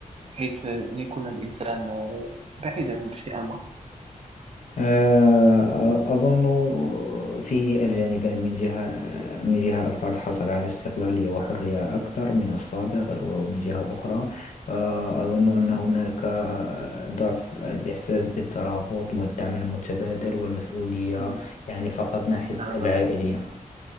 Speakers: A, on the right (about 45°); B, on the left (about 60°).
A: حيث آه، يكون الإنسان آه، بعيدا بشيء ما
B: آه، أظن فيه الجانبان من جهة من جهة الفرد حصل على استقلالية وحرية أكثر من السابق ومن جهة أخرى آه، أظن أن هناك آه، ضعف الإحساس بالترابط والدعم المتبادل والمسؤولية
A: مم.
B: يعني فقدنا حس
A: نعم
B: العائلية
A: نعم